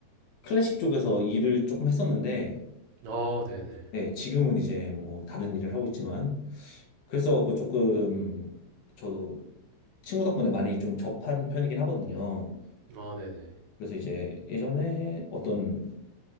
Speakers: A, on the left; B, on the right.
A: 클래식 쪽에서 일을 조금 했었는데
B: 네. 어, 네 네.
A: 네, 지금은 이제 뭐 다른 일을 하고 있지만 그래서 갖고 조금 저도 친구 덕분에 많이 좀 접한 편이긴 하거든요.
B: 어, 네 네.
A: 그래서 이제 예전에 어떤